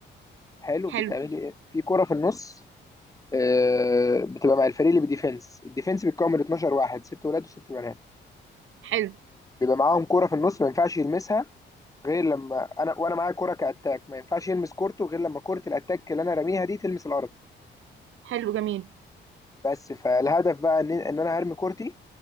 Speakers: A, on the left; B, on the right.
A: حلو بتعملي
B: حلو
A: ايه في كره في النص آه بتبقى مع الفريق اللي بديفنس الديفنس بيتكون من 12 واحد ست ولاد وست بنات
B: حلو
A: بيبقى معاهم كره في النص ما ينفعش يلمسها غير لما انا وانا معايا كره كاتاك ما ينفعش يلمس كورته غير لما كره الاتاك اللي انا راميها دي تلمس الارض
B: حلو جميل
A: بس فالهدف بقى ان ان انا هرمي كورتي